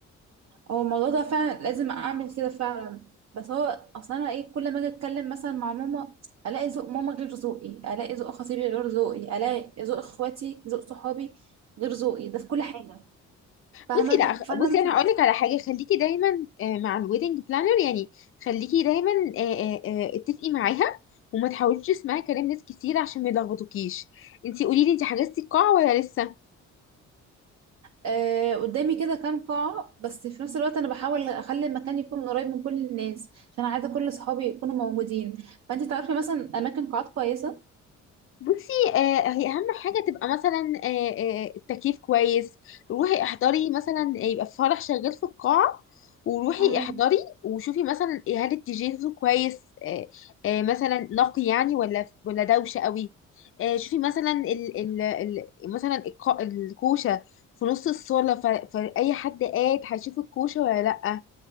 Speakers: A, on the right; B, on the left.
A: هو الموضوع ده فعلا لازم اعمل كده فعلا بس هو اصلا انا ايه كل ما اجي اتكلم مثلا مع ماما الاقي ذوق ماما غير ذوقي الاقي ذوق خطيبي غير ذوقي الاقي ذوق اخواتي ذوق صحابي غير ذوقي ده في كل حاجه فاهمه
B: بصي لا خ-
A: فانا
B: بصي
A: مش
B: انا
A: عارفة.
B: هقول لك على حاجه خليكي دايما آه، مع الويدنج بلانر يعني خليكي دايما آه، آه، آه، اتفقي معاها وما تحاوليش تسمعي كلام ناس كتير عشان ما يلخبطوكيش انتي قولي لي انتي حجزتي القاعه ولا لسه
A: آه قدامي كده كام قاعه بس في نفس الوقت انا بحاول اخلي المكان يكون قريب من كل الناس عشان عايزه كل صحابي يكونوا موجودين فانت تعرفي مثلا اماكن قاعات كويسه
B: بصي آه هي اهم حاجه تبقى مثلا آه آه التكييف كويس روحي احضري مثلا يبقى في فرح شغال في القاعه وروحي
A: مم.
B: احضري وشوفي مثلا إيه، هل الدي جي صوته كويس آه آه مثلا نقي يعني ولا ولا دوشه قوي آه شوفي مثلا ال ال ال مثلا الق- الكوشه في نص الصاله ف- فاي حد قاعد هيشوف الكوشه ولا لا